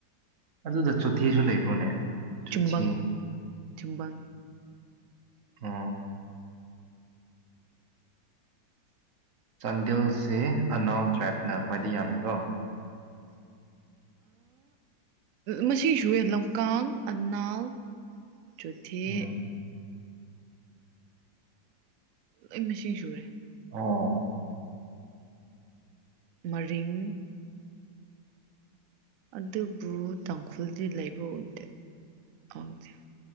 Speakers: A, on the right (about 50°); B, on the right (about 80°).
A: ꯑꯗꯨꯗ ꯆꯨꯊꯤꯁꯨ ꯂꯩꯕ꯭ꯔꯣꯅꯦ ꯆꯣꯊꯤ
B: ꯆꯨꯝꯕꯥꯪ ꯆꯨꯝꯕꯥꯪ
A: ꯑ ꯆꯥꯟꯗꯤꯦꯜꯁꯤ ꯑꯅꯥꯜ ꯇ꯭ꯔꯥꯏꯞꯅ ꯈ꯭ꯋꯥꯏꯗ ꯌꯥꯝꯃꯤꯀꯣ
B: ꯃꯁꯤꯁꯨ ꯂꯝꯀꯥꯡ ꯑꯅꯥꯎ ꯆꯊꯤ
A: ꯎꯝ
B: ꯑꯩ ꯃꯁꯤꯁꯨꯨꯔꯦ
A: ꯑꯣ
B: ꯃꯔꯤꯡ ꯑꯗꯨꯕꯨ ꯇꯥꯡꯈꯨꯜꯗꯤ ꯂꯩꯕ ꯎꯗꯦꯥꯎꯗꯦ